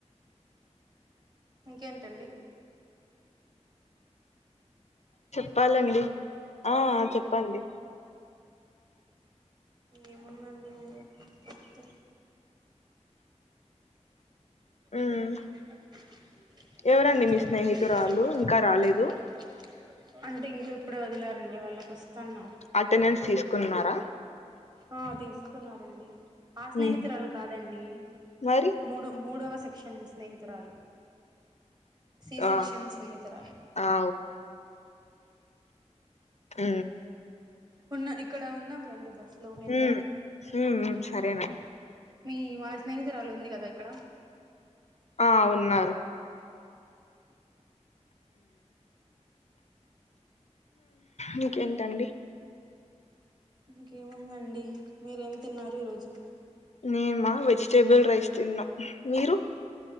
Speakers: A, on the right; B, on the left.
A: ఇంకేంటండి
B: చెప్పాలండి
A: హలో
B: ఆ
A: ఉమ్
B: చెప్పండి
A: ఏముందండీ తే <unintelligible>
B: మ్మ్ ఎవరండి మీ స్నేహితురాలు ఇంకా రాలేదు
A: అంటే ఇంకా ఇప్పుడే వదిలారండి వాళ్ళకి వస్తున్నారు
B: అటెండెన్స్ తీసుకున్నారా
A: ఆ తీసుకున్నారంండి ఆ స్నేహితురాలు
B: మ్మ్
A: కాదండి
B: మరి
A: మూడు మూడవ సెక్షన్ స్నేహితురాలు సి సెక్షన్
B: ఆ
A: స్నేహితురాలు
B: ఆ హ
A: ఉన్న ఇక్కడ ఉందాం రండి బస్ లో ఎడా
B: మ్మ్ మ్మ్ సరేనండి
A: మీ మన స్నేహితురాలు ఉంది కదా ఇక్కడ
B: ఆ ఉన్నారు ఇంకేంటండి
A: ఇంకేముందండి మీరేం తిన్నారు ఈరోజు
B: మీమా వెజిటేబుల్ రైస్ తిన్నా మీరు